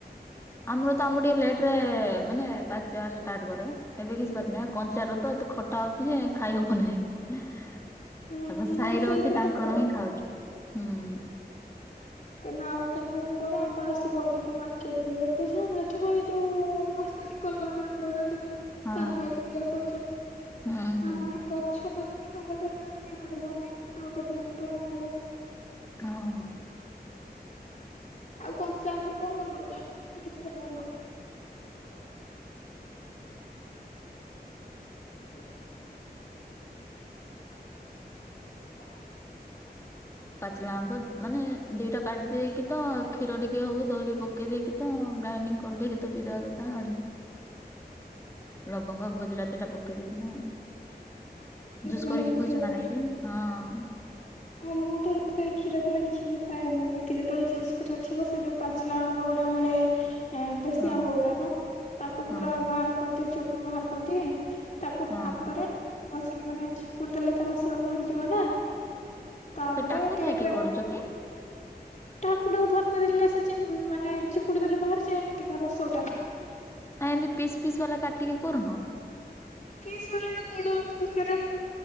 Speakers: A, on the left; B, on the left.
A: ଆମର ତ ଆମର ଟିକେ ଲେଟରେ ମାନେ ପାଚିବା ଷ୍ଟାର୍ଟ କରେ, ଏବେ କିଛି ପାଚେ ନାହିଁ। ଆଉ କଞ୍ଚାର ତ ଏତେ ଖଟା ହଉଛି ଯେ ଖାଇହବ ନାହିଁ। ତାଙ୍କ
B: ହୁଁ ହୁଁ।
A: ସାହିରେ
B: ମୁଁ ସେଇଥିପାଇଁ
A: ଅଛି, ତାଙ୍କର
B: ତ କହିଲି।
A: ହିଁ ଖାଉଛୁ। ହୁଁ।
B: କାହିଁନା <unintelligible> ଆଉ କେତେ ଦିନ ପରେ ଆମ୍ବ ଆସିବ ଅଧିକ ମାର୍କେଟକୁ ଏବେ ଜାଣିିନଥିବ ଏଇ ଯୋଉ ଆସୁଚି କଲମ୍ବି ଆମ୍ବ ଉରା
A: ହଁ
B: କାରବାଇଟି ଦିଆ ପଚା
A: ହୁଁ ହୁଁ
B: ନହେଲେ ଗଛ ପ ସେଥିପାଇଁ ବୋଧେ କାଇଁ ଟିକେ ମିଳିବନି, ଆଉ କେତେ ଦିନ ପରେ ମିଳିବ।
A: ହଁ।
B: ଆଉ କଞ୍ଚାଆମ୍ବରୁ କଣ ବନଉଚ, ନା କିଛି ବନଉନ? ନାଁ ହଁ
A: ଚିଲା ଆମ୍ବ ମାନେ ଦିଟା କାଟିଦେଇକି ତ କ୍ଷୀର ଟିକେ ହୋଉ ଦହି ଟିକେ ପକେଇ ଦେଇକି ତ ଗ୍ରାଇଣ୍ଡିଙ୍ଗ କରିଦେଇକି ତ ପିଇଦବା କଥା ଆହୁରି ଲବଙ୍ଗ, ଗୁଜୁରତି ଏଟା ପକେଇଦବି ନା? ଜୁସ୍
B: ବନେଇକି
A: କରିକି ପିଉଚ
B: ପିଉଥିଲଣି
A: ନା ନାଇଁ କିି? ହଁ।
B: ହଁ ମୁଁ ତ ସେ କ୍ଷୀର ଫୀର କିଛି ମିଶାଏନି। ଖୀ ଯେତେବେଳେ ଜୁସ୍ କରିବାର ଥିବ ସେ ଯୋଉ ପାଚିଲା ଆମ୍ବଗୁଡା ମିଳେ ଏଁ ଦେଶୀ
A: ହଁ
B: ଆମ୍ବ ଗୁଡାକ ତାକୁ
A: ହଁ
B: ପୁରା ବାହାର କରିଦିଏ ଚୋ ବାହାର କରିଦିଏଁ। ତାକୁ
A: ହଁ।
B: ହାତରେ ବସି ମାନେ ଚିପଡି ଦେଲେ ତା ରସ‌ଉଡା ବାହାରିଯିବ ନା। ତାପରେ
A: ତ ଟାକୁ
B: ଟିକେ
A: ଥାଇକି
B: ଗ୍ରାଇଣ୍ଡର
A: କରୁଛ କି?
B: ଠାକୁରକୁ ଧରି <unintelligible> ଦେଲେ ସେ ଚି ମାନେ ଚିପୁଡି ଦେଲେ ବାହାରି ଯାଏନି କି ତା ରସ‌ଉରା।
A: ଆ ଏମତି ପିସ୍ ପିସ୍ ବାଲା କାଟିକି କରୁନ?
B: ପିସ୍ ବାଲାଟା ବଡ ଆମ୍ବ ‌ଦରକାରେ।